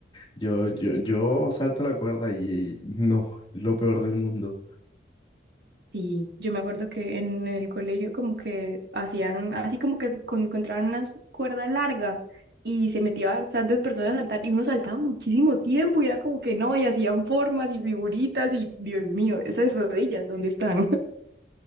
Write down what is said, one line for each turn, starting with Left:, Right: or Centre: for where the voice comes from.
Left: yo, yo, yo salto la cuerda y no, lo peor del mundo.
Right: Sí, yo me acuerdo que en el colegio como que hacían, así como que con- encontraban una cuerda larga y se metía bastantes personas a saltar y uno saltaba muchísimo tiempo y era como que no, y hacían formas y figuritas y Dios mío, esas rodillas, ¿dónde están? <laughs>